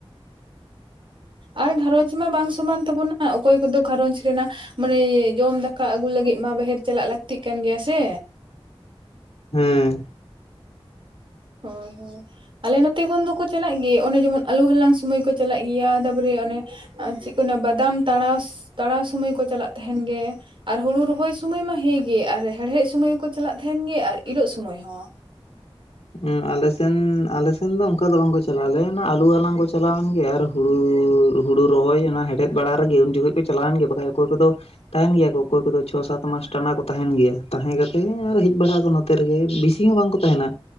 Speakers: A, on the right; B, on the left.
A: ᱟᱨ ᱜᱷᱟᱨᱚᱧᱡᱽ ᱢᱟ ᱵᱟᱝ ᱥᱚᱢᱟᱱ ᱛᱟᱵᱚᱱᱟ ᱚᱠᱚᱭ ᱠᱚᱫᱚ ᱜᱷᱟᱨᱚᱧᱡᱽ ᱨᱮᱱᱟᱜ ᱢᱟᱱᱮ ᱡᱚᱢ ᱫᱟᱠᱟ ᱟᱹᱜᱩ ᱞᱟᱹᱜᱤᱫ ᱢᱟ ᱵᱟᱦᱮᱨ ᱪᱟᱞᱟᱜ ᱞᱟᱹᱠᱛᱤᱜ ᱠᱟᱱ ᱜᱮᱭᱟ ᱥᱮ᱾
B: ᱦᱮᱸᱻ
A: ᱦᱳᱭ, ᱦᱳᱭ ᱟᱞᱮ ᱱᱚᱛᱮ ᱠᱷᱚᱱ ᱫᱚᱠᱚ ᱪᱟᱞᱟᱜ ᱜᱮ᱾ ᱚᱱᱮ ᱡᱮᱢᱚᱱ ᱟᱹᱞᱩ ᱦᱟᱞᱟᱝ ᱥᱩᱢᱚᱭ ᱠᱚ ᱪᱟᱞᱟᱜ ᱜᱮᱭᱟ ᱛᱟᱯᱚᱨᱮ ᱚᱱᱮ ᱟᱨ ᱪᱮᱫ ᱠᱚ ᱚᱱᱥ ᱵᱟᱫᱟᱢ ᱛᱟᱲᱟᱣᱥ ᱛᱟᱲᱟᱣ ᱥᱩᱢᱚᱭ ᱠᱚ ᱪᱟᱞᱟᱜ ᱛᱟᱦᱮᱱ ᱜᱮ᱾ ᱟᱨ ᱦᱩᱲᱩ ᱨᱚᱦᱚᱭ ᱥᱳᱢᱚᱭ ᱢᱟ ᱦᱮᱸ ᱜᱮ, ᱟᱨ ᱦᱮᱲᱦᱮᱫ ᱥᱢᱳᱭ ᱦᱚᱠᱚ ᱪᱟᱞᱟᱜ ᱛᱟᱦᱮᱱ ᱜᱮ, ᱟᱨ ᱤᱨᱚᱜ ᱥᱳᱢᱚᱹᱭ ᱦᱚᱸ᱾
B: ᱦᱩᱸ ᱟᱞᱮ ᱥᱮᱱ, ᱟᱞᱮ ᱥᱮᱱ ᱫᱚ ᱚᱱᱠᱟ ᱫᱚ ᱵᱟᱝᱠᱚ ᱪᱟᱞᱟᱜ-ᱟ ᱟᱞᱮ ᱚᱱᱟ ᱟᱹᱞᱩ ᱦᱟᱞᱟᱝ ᱠᱚ ᱪᱟᱞᱟᱣᱮᱱ ᱜᱮ ᱟᱨ ᱦᱳᱲᱩ ᱦᱳᱲᱩ ᱨᱚᱦᱚᱭ ᱚᱱᱟ ᱦᱮᱲᱮᱫ ᱵᱟᱲᱟ ᱨᱮᱜᱮ ᱩᱱ ᱡᱚᱠᱷᱚᱡ ᱠᱚ ᱪᱟᱞᱟᱣᱮᱱ ᱜᱮ ᱵᱟᱠᱷᱟᱡ ᱚᱠᱚᱭ ᱠᱚ ᱫᱚ ᱦᱩ ᱛᱟᱦᱮᱱ ᱜᱮᱭᱟ ᱠᱚ ᱚᱠᱚᱭ ᱠᱚᱫᱚ ᱪᱷᱚ ᱥᱟᱛ ᱢᱟᱥ ᱴᱟᱱᱟ ᱠᱚ ᱛᱟᱦᱮᱸᱱ ᱜᱮᱭᱟ᱾ ᱛᱟᱦᱮᱸ ᱠᱟᱛᱮ ᱟᱨ ᱦᱮᱡ ᱵᱟᱲᱟᱜ ᱟᱠᱚ ᱱᱚ ᱛᱮ ᱨᱮᱜᱮ᱾ ᱵᱮᱥᱤ ᱦᱚᱸ ᱵᱟᱝ ᱠᱚ ᱛᱟᱦᱮᱱᱟ᱾